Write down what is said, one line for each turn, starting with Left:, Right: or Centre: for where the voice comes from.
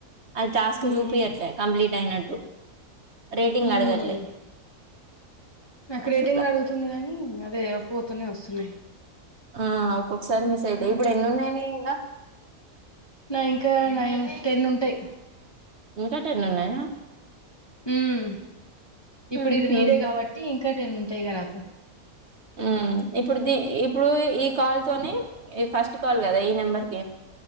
Right: అది టాస్క్
Left: ఉమ్
Right: చూపియట్లే కంప్లీట్ అయినట్టు రేటింగ్
Left: ఊ
Right: అడగట్లే
Left: హుమ్. ఇంగ
Right: అట్లా
Left: అదే పోతున్నై వస్తున్నాయి
Right: ఆ ఒక్కొక్కసారి మిస్
Left: ఎక్కడున్నాయి
Right: అయితయి ఇప్పుడు ఎన్ని ఉన్నాయి నియ్యి ఇంగా
Left: నాయి ఇంకా నైన్ టెన్ ఉంటయి.
Right: ఇంకా టెన్ ఉన్నయా?
Left: ఊమ్ ఇప్పుడు
Right: ఉహు
Left: ఇది నీదే కాబట్టి ఇంకా టెన్ ఉంటాయి ఇగ నాకు
Right: ఊమ్ ఇప్పుడు ది ఇప్పుడు ఈ కాల్ తోని ఈ ఫస్ట్ కాల్ గదా ఈ నెంబర్ కి